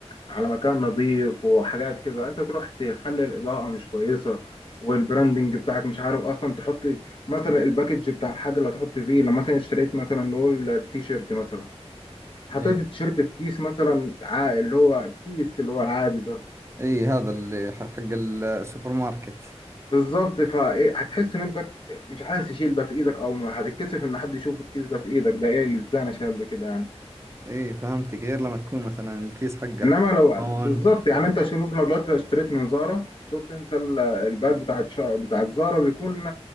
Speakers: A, on the left (about 50°); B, on the right (about 25°).
A: على مكان نظيف وحاجات كده انت تروح تخلي الإضاءة مش كويسة والبراندنج بتاعك مش عارف اصلا تحط مثلا الباكج بتاع الحاجة اللي هتحط فيه لو مثلا اشتريت مثلا نقول التيشيرت مثلا حطيت
B: اي
A: التيشيرت في كيس مثلا عا- اللي هو كيس اللي هو العادي ده
B: اي هذا اللي ح- حق السوبر ماركت
A: بالظبط فايه هتحس ان انت مش عايز تشيل ده في ايدك او هتتكسف ان حد يشوف الكيس ده في ايدك ده ايه اللي ازاي انا شايل ده كده يعني
B: اي فهمتك غير لما تكون مثلا الكيس حقه
A: انما لو
B: كرتون
A: بالظبط يعني انت شوف لو دلوقتي لو اشتريت من زارا شفت انت ال- الباك بتاعت شا... بتاعت زارا بيكون